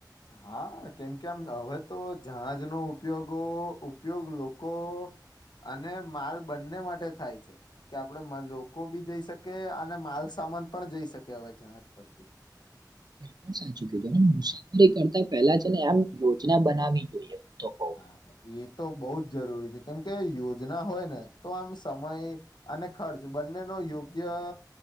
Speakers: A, on the left; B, on the right.
A: હા કેમ કે આમ હવે તો જહાજનો ઉપયોગો ઉપયોગ લોકો. અને માલ બંને માટે થાય છે કે આપડે લોકો બી જઈ શકે અને માલ શ માન પણ જઈ શકે હવે જહાજ પરથી.
B: <inaudible> પણ સાચું કીધું મુસાફરી કરતા પેલા જ ને આમ યોજના બનાવી જોઈએ. કઉ
A: હા એ તો બહુ જ જરૂરી છે કેમકે યોજના હોય ને તો આમ સમય. અને ખર્ચ બંને નો યોગ્ય.